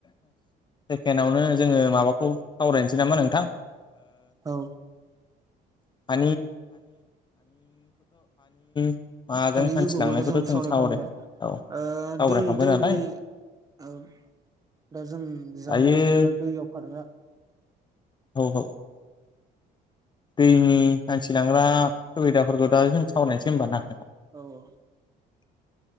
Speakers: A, on the left; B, on the right.
A: सेकेण्डआवनो जोङो माबाखौ सावरायनोसै नामा नोंथां
B: औ
A: ओ <unintelligible> माजों
B: हानि
A: हान्थिलांनायखौथ'
B: बिखयखौथ' जों सावरायखांबाय
A: सावराय औ
B: ओ
A: सावरायखांबाय
B: दै दैनि
A: नालाय
B: औ दा जों जाहाज
A: दायो
B: बा दैयाव खारग्रा
A: औ औ। दैनि हान्थिलांग्रा सुबिदाफोरखौ दा जों सावरायनोसै होमबा ना
B: औ औ।